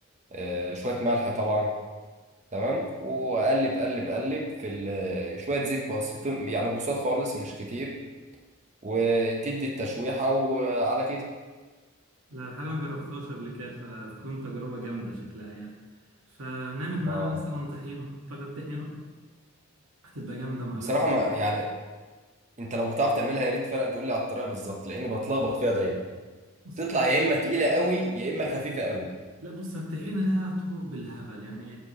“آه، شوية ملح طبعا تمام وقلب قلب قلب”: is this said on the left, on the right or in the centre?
Right